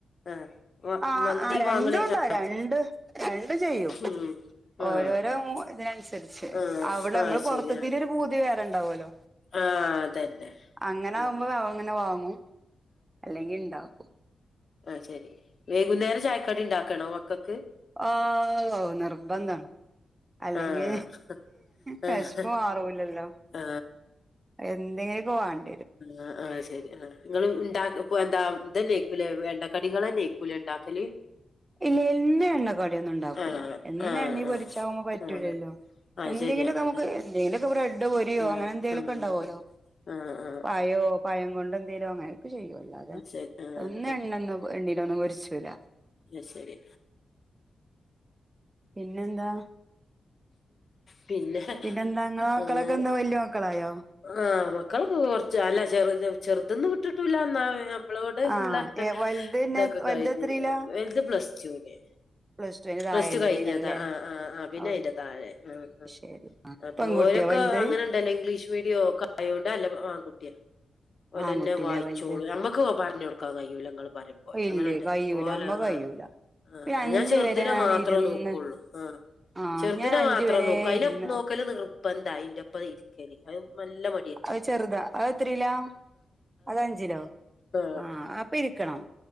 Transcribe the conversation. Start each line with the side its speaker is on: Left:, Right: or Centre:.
Left: ആഹ്. വ
Right: ആ
Left: മന്തി
Right: ആ രണ്ടുംണ്ടാ
Left: വാങ്ങണേ ആ
Right: രണ്ട് രണ്ട് ചെയ്യും
Left: ഉം.
Right: ഓ
Left: ആഹ്
Right: ഓരോ
Left: ആഹ്.
Right: മൂ ഇതിനനുസരിച്ച്
Left: ആഹ്
Right: അവിടെ നമ്മള്
Left: ആഹ്
Right: പുറത്തെത്തിയിന്റോരു
Left: ശരി ആഹ്.
Right: പൂതി വേറെണ്ടാവോലോ
Left: ആഹ് അതന്നെ.
Right: അങ്ങനെ
Left: അതന്നെ.
Right: ആവുമ്പോ അങ്ങനെ വാങ്ങ് ങ്ങും അല്ലെങ്കിൽ ഇണ്ടാക്കും
Left: അത് ശെരി വൈകുന്നേരം ചായക്കടിണ്ടാക്കണോ മക്കക്
Right: ആ അഹ് നിർബന്ധാണ് അല്ലെങ്കി
Left: ആഹ്
Right: വെശപ്പ്
Left: ആഹ്
Right: മറൂല്ലല്ലോ
Left: ആഹ്
Right: എന്തെങ്കിക്കെ വാണ്‌
Left: ആ അത് ശരി ആ നിങ്ങൾ ഇൻണ്ടാക്ക പോ ഇപ്പന്താ ഇതന്നെക്കൂലെ എണ്ണ കടികളെന്നെക്കൂലെ ഇണ്ടാക്കല്
Right: ഇല്ല എന്നും എണ്ണകട്യന്നും ഇണ്ടാക്കൂല
Left: ആഹ്
Right: എന്നും
Left: ആഹ്
Right: എണ്ണീ പൊരിച്ചാവുമ്പോ
Left: ആഹ്
Right: പറ്റൂലല്ലോ
Left: ആഹ് ആഹ്
Right: എന്തെങ്കിലുമക്കെ
Left: ശരിയാ അതന്നെ
Right: നമുക്ക് എന്തെങ്കിലുമൊക്കെ ബ്രെഡ് പൊരിയോ
Left: ആഹ്
Right: അങ്ങനെ എന്തെങ്കിലൊക്കെ
Left: ആഹ്
Right: ഇണ്ടാവല്ലോ
Left: ആഹ് ആഹ് ആഹ്
Right: പഴോ പയം കൊണ്ട്ന്ത് ങ്കിലും അങ്ങനെയൊക്കെ ചെയ്യും അല്ലാതെ
Left: ആ ശരി ആഹ്
Right: എന്നും എണ്ണന്ന് എണ്ണേലൊന്നും പൊരിച്ചൂല
Left: അയ്ശേരി
Right: പിന്നെന്താ
Left: പിന്നെ
Right: പിന്നെന്താ ഇങ്ങളെ മക്കളൊക്കെ
Left: ആഹ്
Right: എന്താ വല്യ മക്കളായോ
Left: ആഹ് മക്കളൊക്ക കൊറച്ച് അല്ല ചെറ് ചെറുതിന്ന് വിട്ട്ട്ടൂല്ല എന്നാ പിന്നെ മ്മളോട്
Right: ആഹ്
Left: ഉള്ള
Right: ഏ വലുത് പിന്നെ
Left: ഇതൊക്കെ
Right: വലുത്
Left: കഴിഞ്ഞ്
Right: എത്രയിലാ
Left: വലുത് പ്ലസ്ടു ന്
Right: പ്ലസ് ടുവിന് താഴെയുള്ളതേക്കാരം
Left: പ്ലസ്ടു കഴിഞ്ഞതാ
Right: ല്ലേ
Left: ആ ആ ആ പിന്നെ
Right: അഹ്
Left: അയിന്റെ താഴെ ആഹ് ആഹ്
Right: ശരി
Left: അപ്പൊ
Right: പെൺകുട്ടിയാ
Left: ഓരൊക്കെ
Right: വലുത്
Left: അങ്ങനെണ്ടല്ലോ ഇംഗ്ലീഷ് മീഡിയൊ ഒക്കെ ആയോണ്ട് നല്ല മാ ആൺകുട്ട്യാ ഓല്ലെന്നേ
Right: ആൺകുട്ടില്ലേ
Left: വായിച്ചോളൂ
Right: വലുത്
Left: ഞമ്മകൊക്കെ പറഞ്ഞൊട്ക്കാൻ കയ്യൂല ഇങ്ങള് പറയുംപോല
Right: ഇല്ലേ
Left: അങ്ങനെണ്ടല്ലോ
Right: കയ്യൂല
Left: ഓല്
Right: അമ്മ കയ്യൂല
Left: ആ ആഹ്
Right: പിന്നെ അഞ്ചു
Left: ഞാൻ ചേറ്
Right: വരെ
Left: തിനെ
Right: ഞാൻ
Left: മാത്ര
Right: ഇരുന്ന്
Left: നോക്കൊള്ളൂ ആ
Right: ആഹ്
Left: ചെറുതിനെ
Right: ഞാൻ അഞ്ച്
Left: മാത്രം
Right: വരെ
Left: നോക്കു അയിന്
Right: ഇരുന്ന്
Left: നോക്കല് നിർബന്ധാ അയിന്റെ ഒപ്പം ഇരിക്കല് അത് നല്ല മടിയത്തിയാ
Right: അത് ചെറുതാ അത് എത്രിലാ അത് അഞ്ചിലോ
Left: ആ
Right: ആഹ അപ്പൊ ഇരിക്കണം